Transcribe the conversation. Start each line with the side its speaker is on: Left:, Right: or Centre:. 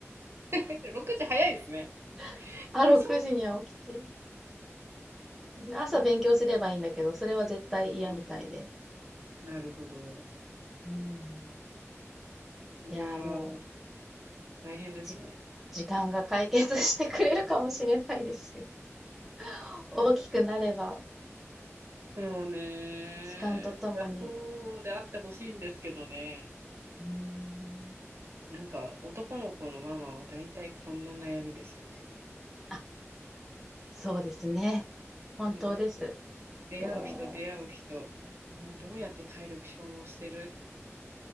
Right: <laughs> 6時早いですね。
Centre: <laughs> あ、6時には起きて。
Right: え、そんな。
Centre: 朝勉強すればいいんだけど、
Right: そう。
Centre: それは絶対嫌みたいで。
Right: うん。なるほど。
Centre: うん。
Right: いやー、
Centre: いやーも
Right: 大変ですね。
Centre: う、じ、時間が解決してくれるかもしれないですよ。<laughs> 大きくなれば、
Right: そうね。
Centre: 時間とともに。
Right: いや、そうであってほしいんですけどね。
Centre: うん。
Right: なんか、男の子のママは大体こんな悩みですよね。
Centre: あ、そうですね。本当です。
Right: もう、出会う人、
Centre: もう、
Right: 出会う人、もうどうやって体力消耗してる